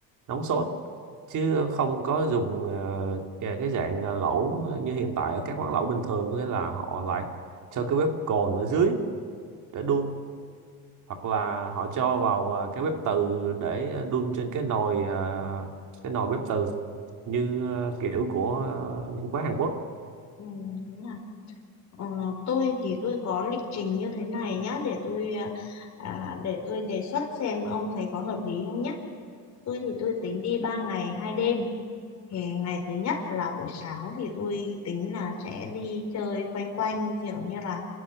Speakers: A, on the right (about 50°); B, on the left (about 40°).
A: nóng sốt chứ không có dùng ờ, cái cái dạng ờ, lẩu như hiện tại ở các quán lẩu bình thường có nghĩa là họ lại cho cái bếp cồn ở dưới để đun hoặc là họ cho vào ờ, cái bếp từ để đun trên cái nồi ờ, cái nồi bếp từ như ờ, kiểu của ờ, những quán Hàn Quốc
B: Ừ, đúng Ờ, tôi thì tôi có lịch trình như thế này nhá để tôi à, để tôi đề xuất xem ông thấy có hợp lý không nhá. Tôi thì tôi tính đi 3 ngày 2 đêm. Thì ngày thứ nhất là buổi sáng thì tôi tính là sẽ đi chơi quanh quanh kiểu như là